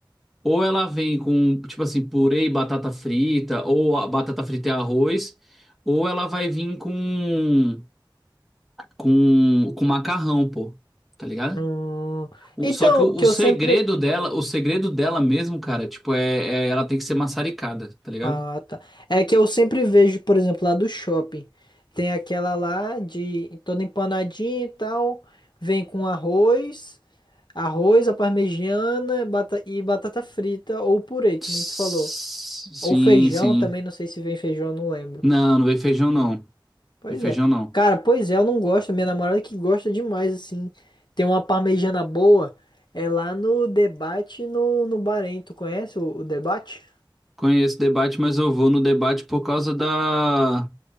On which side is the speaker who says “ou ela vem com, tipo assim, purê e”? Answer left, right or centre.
Centre